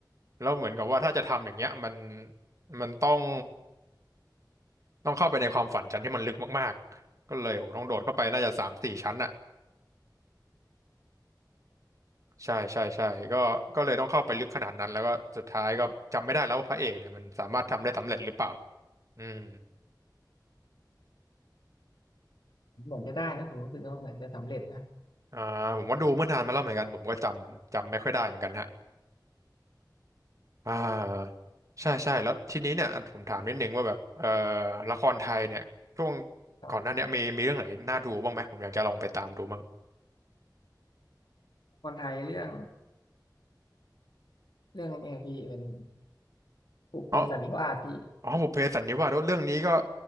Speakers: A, on the right (about 45°); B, on the left (about 80°).
A: แล้วเหมือนกับว่าถ้าจะทำอย่างเงี้ยมันมันต้องต้องเข้าไปในความฝันชั้นที่มันลึกมากๆก็เลยโหต้องโดดเข้าไปน่าจะสามสี่ชั้นอ่ะใช่ใช่ใช่ก็ก็เลยต้องเข้าไปลึกขนาดนั้นแล้วก็สุดท้ายก็จำไม่ได้แล้วว่าพระเอกเนี่ยมันสามารถทำได้สำเร็จหรือเปล่าอืม
B: ผมเหมือนจะได้นะผมรู้สึกว่าเหมือนจะสำเร็จนะ
A: อ่าผมว่าดูเมื่อนานมาแล้วเหมือนกันผมก็จำจำไม่ค่อยได้เหมือนกันฮะอ่าใช่ใช่แล้วทีนี้เนี่ยอันผมถามนิดนึงว่าแบบเอ่อละครไทยเนี่ยช่วง
B: คับ
A: ก่อนหน้าเนี้ยมีมีเรื่องไหนน่าดูบ้างไหมผมอยากจะลองไปตามดูบ้าง
B: คนไทยเรื่องเรื่องนี้พี่เป็นปลูกเปสันนิวาสพี่
A: อ๋อ อ๋อบุพเพสันนิวาสเรื่องนี้ก็